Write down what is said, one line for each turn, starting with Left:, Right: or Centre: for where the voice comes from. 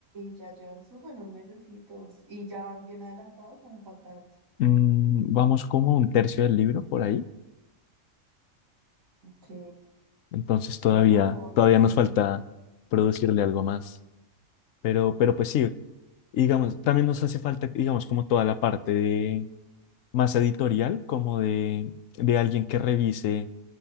Right: ya llevan sus buenos mesecitos, ¿y ya van bien adelantados o van faltarte?
Left: Mm, vamos como un tercio del libro por ahí.
Right: Ok,
Left: Entonces todavía,
Right: bueno, van
Left: todavía
Right: bien.
Left: nos falta producirle algo más. Pero, pero pues sí, digamos, también nos hace falta, digamos, como toda la parte de más editorial, como de, de alguien que revise.